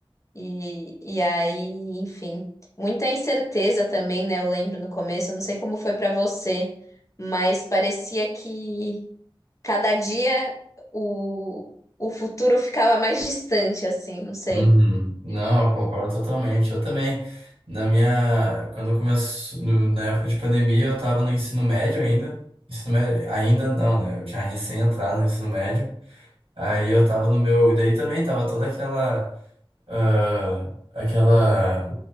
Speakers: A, on the left (about 35°); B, on the right (about 75°).
A: E, e aí, enfim, muita incerteza também, né? Eu lembro no começo, eu não sei como foi pra você, mas parecia que. Cada dia o, o futuro ficava mais distante, assim, não sei.
B: Uhum. Não, eu concordo totalmente. Eu também. Na minha, quando começou, na época de pandemia, eu estava no ensino médio ainda. Ensino médio, ainda não, né? Eu tinha recém entrado no ensino médio. Aí eu estava no meu, e daí também tava toda aquela, ah, aquela